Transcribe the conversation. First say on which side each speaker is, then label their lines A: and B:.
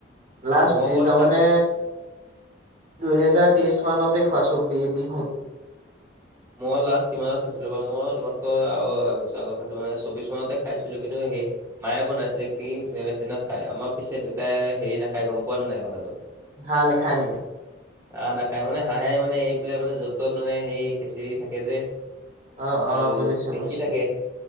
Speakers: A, on the right (about 40°); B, on the right (about 15°).
A: লাষ্ট
B: মই
A: বি
B: কন
A: তাৰমানে
B: চা
A: দুহেজাৰ তেইশ মানতে খোৱাছো বি বিহুত।
B: মই লাষ্ট কিমানত খাইছিলোঁ বাৰু, মই তোমালোকৰ আ এবছৰ আগত খাইছিলোঁ মানে চৌবিশ মানতে খাইছিলোঁ কিন্তু সে মায়ে বনাইছিলে কি ধুনীয়া লাগিছে ন খাই, আমাৰ পিছে দেউতাই হেৰি নাখাই গম পোৱা নো নাই কথাটো?
A: হাঁহ নেখায় নেকি?
B: হাঁহ নাখায় মানে হাঁহে মানে এইফালে মানে য'ত ত'ত মানে সেই খেঁচিৰি থাকে যে।
A: অ', অ',
B: আৰু
A: বুজিছো
B: দেখি
A: বুজিছো
B: থাকে।